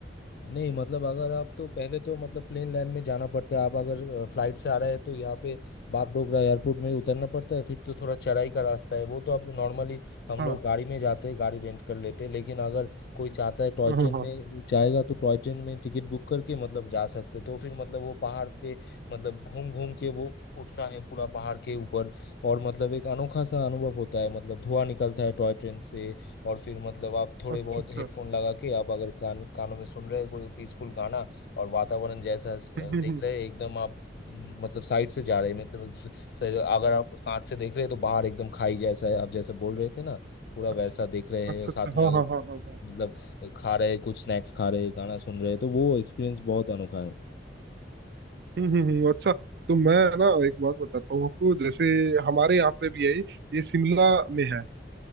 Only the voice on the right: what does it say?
हाँ
हाँ हाँ
हाँ,
अच्छा
अच्छा
हम्म हम्म
हम्म,
अच्छा
अच्छा
अच्छा
हाँ
हाँ हाँ हाँ हाँ
हम्म हम्म हम्म, अच्छा तो मैं ना एक बात बताता हूँ आपको जैसे हमारे यहाँ पे भी है ये ये शिमला में है